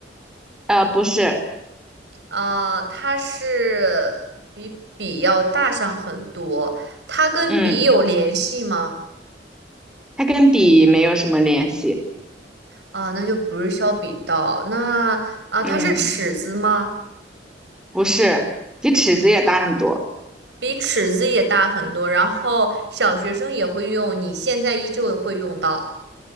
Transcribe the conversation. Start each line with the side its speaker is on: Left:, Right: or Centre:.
Centre: 呃，不是，
Right: 啊，它是比笔要大上很多。它跟笔有联系吗？
Centre: 嗯，它跟笔没有什么联系，
Right: 啊，那就不是削笔刀，那啊，它是尺子吗？
Centre: 嗯。不是，比尺子也大很多。
Right: 比尺子也大很多，然后小学生也会用，你现在依旧会用到，